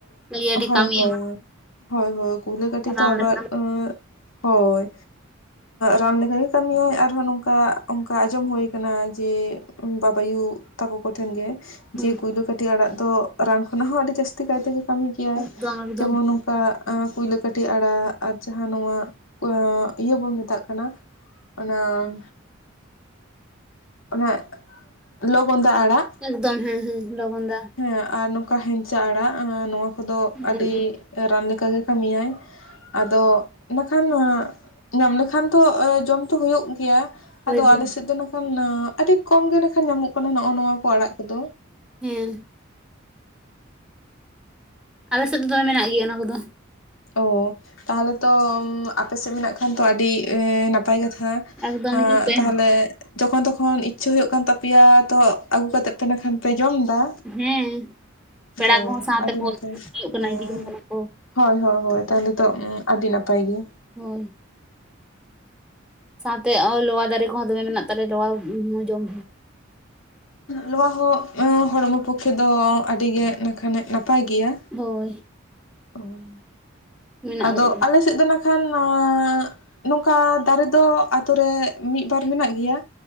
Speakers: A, in the centre; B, on the left.
A: ᱞᱟᱹᱜᱤᱫ
B: ᱦᱳᱭ,
A: ᱟᱹᱰᱤ ᱠᱟᱹᱢᱤ
B: ᱦᱳᱭ᱾
A: ᱮᱢᱟ
B: ᱦᱚᱭ ᱦᱚᱭ ᱠᱩᱭᱞᱟᱹ ᱠᱟᱹᱴᱤ
A: ᱨᱟᱱ
B: ᱛᱚ ᱟᱵᱟᱨ
A: ᱞᱮᱠᱟ
B: ᱮᱸ ᱦᱚᱭ, ᱨᱟᱱ ᱞᱮᱠᱟᱜᱮ ᱠᱟᱹᱢᱤᱭᱟᱭ᱾ ᱟᱨᱦᱚᱸ ᱱᱚᱝᱠᱟ ᱚᱝᱠᱟ ᱟᱸᱡᱚᱢ ᱦᱳᱭ ᱠᱟᱱᱟ ᱡᱮ, ᱵᱟᱵᱟᱭᱩ ᱛᱟᱠᱚ ᱠᱚᱴᱷᱮᱱ ᱜᱮ,
A: ᱦᱮᱸ
B: ᱡᱮ ᱠᱩᱭᱞᱟᱹ ᱠᱟᱹᱴᱤ ᱟᱲᱟᱜ ᱫᱚ ᱨᱟᱱ ᱠᱷᱚᱱᱟᱜ ᱦᱚᱸ ᱟᱹᱰᱤ ᱡᱟᱹᱥᱛᱤ ᱠᱟᱭ ᱛᱮᱜᱮ ᱠᱟᱹᱢᱤ ᱜᱮᱭᱟᱭ᱾
A: ᱮᱠᱫᱚᱢ ᱮᱠᱫᱚᱢ
B: ᱡᱮᱢᱚᱱ ᱚᱱᱠᱟ ᱟᱸ ᱠᱩᱭᱞᱟᱹ ᱠᱟᱹᱴᱤ ᱟᱲᱟᱜ ᱟᱨ ᱡᱟᱦᱟᱸ ᱱᱚᱣᱟ ᱚᱸ ᱤᱭᱟᱹ ᱵᱚᱱ ᱢᱮᱛᱟᱜ ᱠᱟᱱᱟ ᱚᱱᱟᱢ ᱚᱱᱟ ᱞᱚᱜᱚᱸᱫᱟ ᱟᱲᱟᱜ,
A: ᱮᱠᱫᱚᱢ ᱦᱮᱸ ᱦᱮᱸ ᱞᱚᱜᱚᱸᱫᱟ᱾
B: ᱦᱮᱸ ᱟᱨ ᱱᱚᱝᱠᱟ ᱦᱮᱱᱪᱟ ᱟᱲᱟᱜ ᱦᱟᱸ ᱱᱚᱣᱟ ᱠᱚᱫᱚ ᱟᱹᱰᱤ
A: ᱦᱩᱸ
B: ᱨᱟᱱ ᱞᱮᱠᱟᱜᱮ ᱠᱟᱹᱢᱤᱭᱟᱭ᱾ ᱟᱫᱚ ᱚᱱᱟᱠᱷᱟᱱ ᱧᱟᱢ ᱞᱮᱠᱷᱟᱱ ᱛᱚ ᱡᱚᱢ ᱛᱚ ᱦᱩᱭᱩᱜ ᱜᱮᱭᱟ
A: ᱦᱳᱭ
B: ᱟᱫᱚ
A: ᱦᱳᱭ
B: ᱟᱞᱮᱥᱮᱜ ᱫᱚ ᱠᱷᱟᱱ ᱟᱹᱰᱤ ᱠᱚᱢ ᱜᱮ ᱱᱮᱠᱷᱟᱱ ᱧᱟᱢᱚᱜ ᱠᱟᱱᱟ ᱱᱚᱜᱼᱚ ᱱᱚᱣᱟ ᱠᱚ ᱟᱲᱟᱜ ᱠᱚᱫᱚ᱾
A: ᱦᱮᱸ ᱟᱞᱮ ᱥᱮᱜ ᱫᱚ ᱫᱚᱢᱮ ᱢᱮᱱᱟᱜ ᱜᱮᱭᱟ ᱚᱱᱟ ᱠᱚᱫᱚ᱾
B: ᱚ ᱛᱟᱦᱚᱞᱮ ᱛᱚ ᱟᱯᱮ ᱥᱮᱜ ᱢᱮᱱᱟᱜ ᱠᱷᱟᱱ ᱛᱚ ᱟᱹᱰᱤ ᱮᱸ ᱱᱟᱯᱟᱭ ᱠᱟᱛᱷᱟ᱾
A: ᱮᱠᱫᱚᱢ
B: ᱦᱟᱸ
A: ᱦᱤᱡᱩᱜ ᱯᱮ
B: ᱛᱟᱦᱚᱞᱮ ᱡᱚᱠᱷᱚᱱ ᱛᱚᱠᱷᱚᱱ ᱤᱪᱪᱷᱟᱹ ᱦᱩᱭᱩᱜ ᱠᱟᱱ ᱛᱟᱯᱮᱭᱟ ᱛᱚ ᱟᱹᱜᱩ ᱠᱟᱛᱮᱜ ᱯᱮ ᱤᱱᱟᱠᱷᱟᱱ ᱯᱮ ᱡᱚᱢ ᱫᱟ
A: ᱦᱮᱸ ᱯᱮᱲᱟ
B: ᱚ
A: ᱠᱚᱦᱚᱸ ᱥᱟᱶᱛᱮ
B: ᱟᱹᱰᱤ
A: ᱠᱚ
B: ᱱᱟᱯᱟᱭ
A: ᱦᱩᱭᱩᱜ ᱠᱟᱱᱟ
B: ᱚ
A: ᱤᱫᱤ ᱡᱚᱝ ᱠᱟᱱᱟ ᱠᱚ
B: ᱦᱚᱭ ᱦᱚᱭ᱾ ᱦᱳᱭ ᱛᱟᱦᱚᱞᱮ ᱛᱚ ᱩᱸ ᱟᱹᱰᱤ ᱱᱟᱯᱟᱭ ᱜᱮ᱾
A: ᱦᱳᱭ, ᱥᱟᱶᱛᱮ ᱚ ᱞᱚᱣᱟ ᱫᱟᱨᱮ ᱠᱚᱦᱚᱸ ᱫᱚᱢᱮ ᱢᱮᱱᱟᱜ ᱛᱟᱞᱮᱭᱟ ᱞᱚᱣᱟ ᱩᱸ ᱡᱚᱢ
B: ᱞᱚᱣᱟ ᱦᱚᱸ ᱦᱚᱲᱢᱚ ᱯᱚᱠᱠᱷᱮ ᱫᱚ ᱟᱹᱰᱤ ᱜᱮ ᱤᱱᱟᱠᱷᱟᱱᱮᱜ ᱱᱟᱯᱟᱭ ᱜᱮᱭᱟ᱾
A: ᱦᱳᱭ,
B: ᱚᱭ
A: ᱢᱮᱱᱟᱜ
B: ᱟᱫᱚ
A: ᱟᱠᱟᱫ
B: ᱟᱞᱮ ᱥᱮᱜ ᱫᱚ ᱱᱟᱠᱷᱟᱱ ᱟᱸ ᱱᱚᱝᱠᱟ ᱫᱟᱨᱮ ᱫᱚ ᱟᱛᱳ ᱨᱮ ᱢᱤᱜ ᱵᱟᱨ ᱢᱮᱱᱟᱜ ᱜᱮᱭᱟ᱾